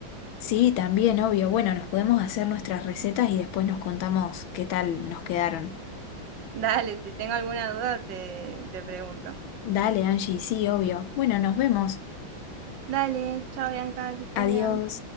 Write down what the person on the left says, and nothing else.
Sí, también, obvio. Bueno, nos podemos hacer nuestras recetas y después nos contamos qué tal nos quedaron.
Dale, Angie, sí, obvio. Bueno, nos vemos.
Adiós.